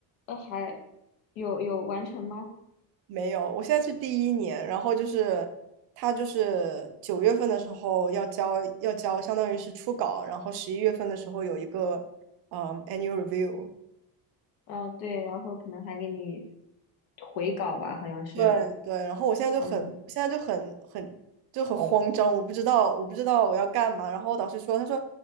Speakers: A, on the left; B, on the right.
A: 呃还有有完成吗？
B: 没有，我现在是第一年，然后就是他就是九月份的时候要交要交，相当于是初稿，然后十一月份的时候有一个嗯 annual review，
A: 啊，对，然后可能还给你回稿吧，好像是，
B: 对对，然后我现在就很我现在就很很就很慌张，
A: 嗯
B: 我不知道我不知道我要干嘛，然后我导师说，他说